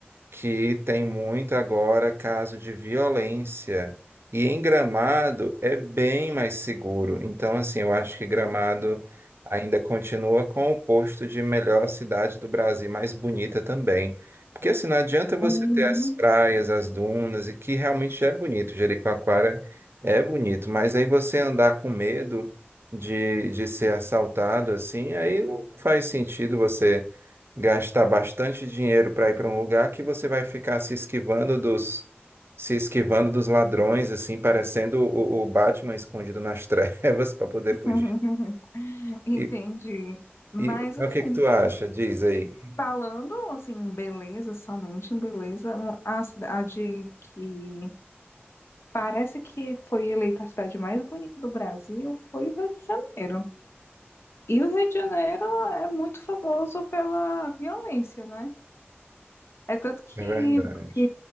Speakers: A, on the right; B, on the left.
A: que tem muito agora caso de violência. E em Gramado é bem mais seguro. Então, assim, eu acho que Gramado ainda continua com o posto de melhor cidade do Brasil, mais bonita também. Porque, assim, não adianta você
B: Uhum.
A: ter as praias, as dunas, e que realmente é bonito. Jericoacoara é bonito, mas aí você andar com medo de, de ser assaltado, assim, aí não faz sentido você gastar bastante dinheiro para ir para um lugar que você vai ficar se esquivando dos se esquivando dos ladrões, assim, parecendo o, o Batman escondido nas <laughs> trevas para poder
B: <laughs>
A: fugir.
B: Entendi.
A: E,
B: Mas
A: e
B: assim,
A: o que que tu acha? Diz aí.
B: Falando assim, em beleza, somente em beleza, um- a cidade que parece que foi eleita a cidade mais bonita do Brasil foi o Rio de Janeiro. E o Rio de Janeiro é muito famoso pela violência, né? É tanto que,
A: É verdade.
B: que